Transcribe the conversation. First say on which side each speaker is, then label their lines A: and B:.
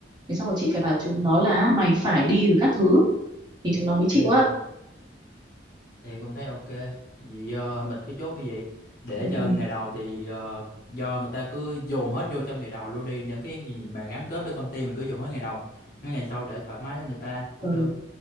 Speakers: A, on the right; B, on the left.
A: thế xong rồi chị phải bảo chúng nó là "À, mày phải đi rồi các thứ thì chúng nó mới chịu
B: ừ,
A: á
B: thì cũng thấy ok. Vậy ờ, mình cứ chốt như vậy, để
A: ừ,
B: cho
A: ừ,
B: ngày đầu thì ờ, do người ta cứ dồn hết vô trong ngày đầu luôn đi, những cái gì mà gắn kết với công ty mình cứ dồn hết ngày đầu, mấy ngày sau để thoải mái cho người ta cũng
A: ừ.
B: được.